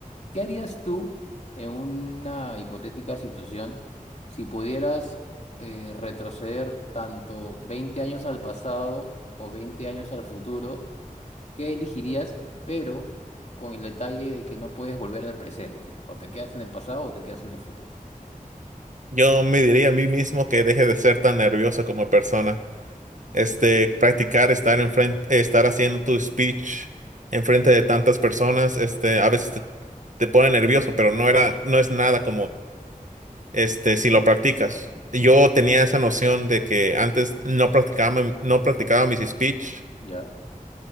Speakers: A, on the left (about 50°); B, on the right (about 60°).
A: ¿Qué harías tú en una hipotética situación si pudieras eh, retroceder tanto 20 años al pasado o 20 años al futuro ¿Qué elegirías? Pero con el detalle de que no puedes volver al presente. O te quedas en el pasado o te quedas en el futuro.
B: Yo me diría a mí mismo que deje de ser tan nervioso como persona. Este, practicar estar en frente, estar haciendo tu speech en frente de tantas personas, este, a veces te, te pone nervioso, pero no era, no es nada como, este, si lo practicas. Yo tenía esa noción de que antes no practicaba, no practicaba mis speech
A: Ya,